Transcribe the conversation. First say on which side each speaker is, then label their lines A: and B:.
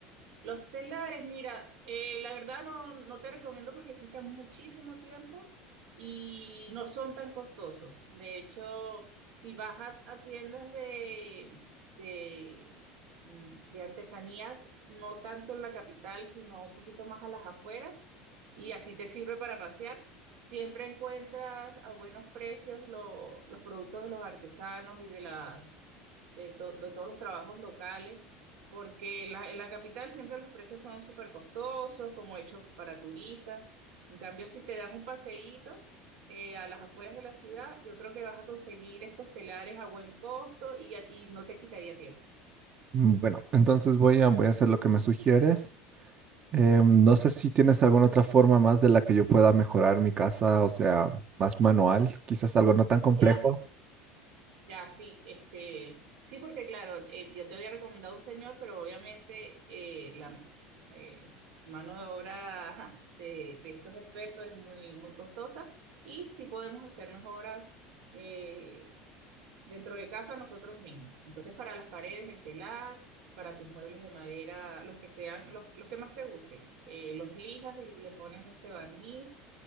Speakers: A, on the right; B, on the right.
A: Los telares, mira, eh, la verdad no, no te recomiendo porque quitan muchísimo tiempo y no son tan costosos. De hecho, si vas a, a tiendas de, de, mm, de artesanías, no tanto en la capital, sino un poquito más a las afueras, y así te sirve para pasear, siempre encuentras a buenos precios lo- los productos de los artesanos y de, las, de to- de todos los trabajos locales porque la- en la capital siempre los precios son súper costosos, como hechos para turistas. En cambio, si te das un paseíto eh, a las afueras de la ciudad, yo creo que vas a conseguir estos telares a buen costo y, y no te quitaría tiempo.
B: Mm, Bueno, entonces voy a, voy a hacer lo que me sugieres. Em, no sé si tienes alguna otra forma más de la que yo pueda mejorar mi casa, o sea, más manual, quizás algo no tan complejo.
A: Ya, Ya, sí, este, sí, porque claro, eh, yo te había recomendado un señor, pero obviamente eh, la eh, mano de obra <laughs> de, de estos expertos es muy, muy costosa y sí podemos hacer mejoras eh, dentro de casa nosotros mismos. Entonces, para las paredes, el telar, para tus muebles de madera, los que sean, los, los que más te gusten, eh, los lijas y le pones este barniz